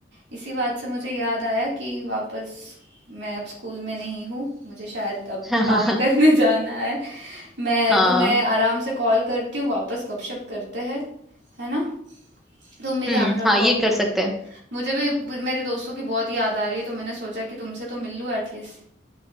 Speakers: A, on the right; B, in the centre.
A: इसी बात से मुझे याद आया कि वापस मैं अब स्कूल में नहीं हूँ मुझे शायद अब
B: हाँ
A: काम
B: हाँ हाँ
A: करने <laughs> जाना है मैं
B: हाँ,
A: तुम्हें आराम से कॉल करती हूँ वापस गपशप करते हैं है ना तुम भी ध्यान
B: हम्म
A: रखो
B: हाँ ये
A: अपना
B: कर सकते हैं
A: मुझे भी भी मेरे दोस्तों की बहुत याद आ रही है तो मैंने सोचा कि तुमसे तो मिल लूँ एटलीस्ट